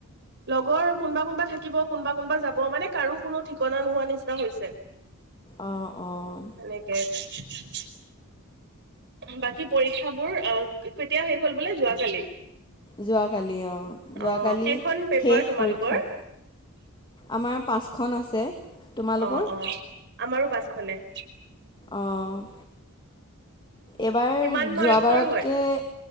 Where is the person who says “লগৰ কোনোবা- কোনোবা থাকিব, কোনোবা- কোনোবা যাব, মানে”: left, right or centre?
Right